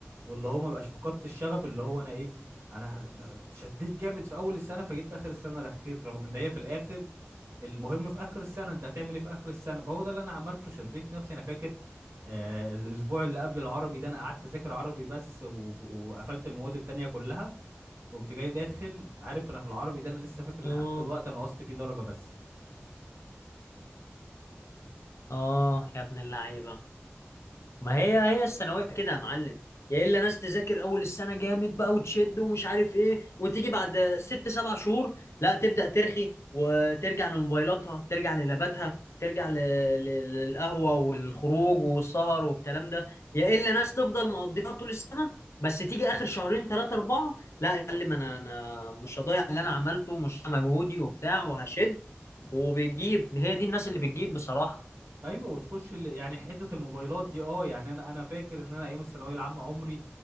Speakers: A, on the right (about 80°); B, on the left (about 80°).
A: واللي هو ما بقاش فقدت الشغف اللي هو انا ايه انا د- شديت جامد في اول السنه فجيت في اخر السنه رخيت رغم ان هي في الاخر المهم في اخر السنه انت هتعمل ايه في اخر السنه فهو ده اللي انا عملته شديت نفسي انا فاكر آه الاسبوع اللي قبل العربي ده انا قعدت اذاكر عربي بس و- وقفلت المواد التانية كلها قمت جاي داخل عارف انا في العربي ده انا لسه فاكر
B: اه
A: لحد دلوقتي انا نقصت فيه درجه بس
B: اه يا ابن اللعيبه ما هي هي الثانويه كده يا معلم يا الا ناس تذاكر اول السنه جامد بقى وتشد ومش عارف ايه وتيجي بعد ست سبع شهور لا تبدا ترخي وترجع لموبايلاتها ترجع للاباتها ترجع ل- ل- للقهوه والخروج والسهر والكلام ده يا الا ناس تفضل مقضيها طول السنه بس تيجي اخر شهرين ثلاثه اربعه لا يا معلم انا انا مش هضيع اللي انا عملته ومش هضيع مجهودي وبتاع وهشد وبتجيب هي دي الناس اللي بتجيب بصراحه
A: ايوه وتخش ال... يعني حته الموبايلات دي اه يعني انا انا فاكر ان انا ايام الثانويه العامه عمري